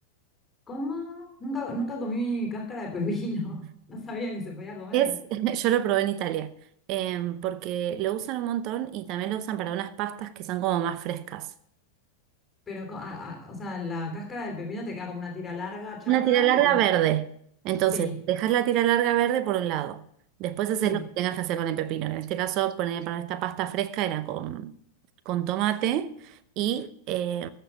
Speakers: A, on the left; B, on the right.
A: ¿Cómo? Nunca, nunca comí cáscara de pepino. <laughs> No sabía que se podía comer.
B: Es, <laughs> yo lo probé en Italia, em, porque lo usan un montón y también lo usan para unas pastas que son como más frescas.
A: Pero, co- a- a- o sea, la cáscara del pepino te queda como una tira larga, chata
B: Una tira larga
A: y con...
B: verde. Entonces,
A: Sí,
B: dejas la tira larga verde por un lado. Después
A: sí,
B: haces lo que tengas que hacer con el pepino. que En este caso, poner para esta pasta fresca era con, con tomate y eh,